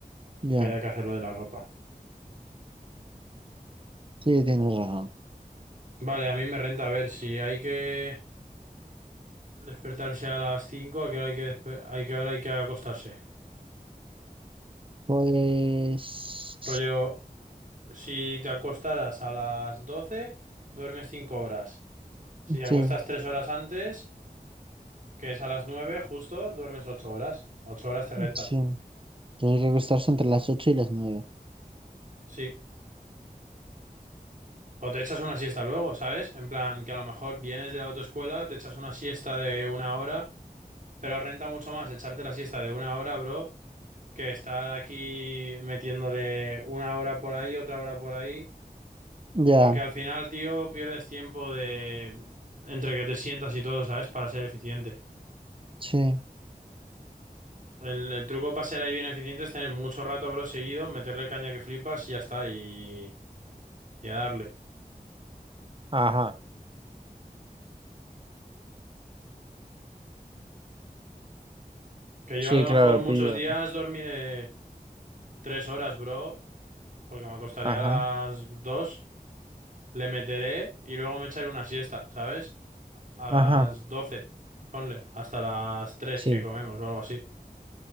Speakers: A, on the right (about 35°); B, on the right (about 55°).
A: Ya,
B: Que haya que hacer lo de la ropa.
A: sí, tienes razón.
B: Vale, a mí me renta a ver si hay que despertarse a las 5, a qué hora hay que, despe- hay que, hora hay que acostarse.
A: Pues
B: Rollo, si te acostaras a las 12 duermes 5 horas. Si te
A: sí,
B: acuestas 3 horas antes, que es a las 9 justo, duermes 8 horas. 8 horas te renta.
A: sí. Tendría que acostarse entre las 8 y las 9.
B: Sí. O te echas una siesta luego, ¿sabes? En plan, que a lo mejor vienes de la autoescuela, te echas una siesta de una hora, pero renta mucho más echarte la siesta de una hora, bro que estar aquí metiéndole una hora por ahí, otra hora por ahí,
A: Ya,
B: porque al final, tío, pierdes tiempo de entre que te sientas y todo, ¿sabes? Para ser eficiente.
A: sí.
B: El, el truco para ser ahí bien eficiente es tener mucho rato, bro, seguido, meterle caña que flipas y ya está, y, y a darle.
A: Ajá,
B: Que
A: sí,
B: yo a lo
A: claro,
B: mejor muchos
A: pillo.
B: días dormiré tres horas, bro, porque me acostaré
A: Ajá,
B: a las dos, le meteré y luego me echaré una siesta, ¿sabes? A
A: ajá,
B: las doce, ponle, hasta las tres
A: sí,
B: que comemos o algo así.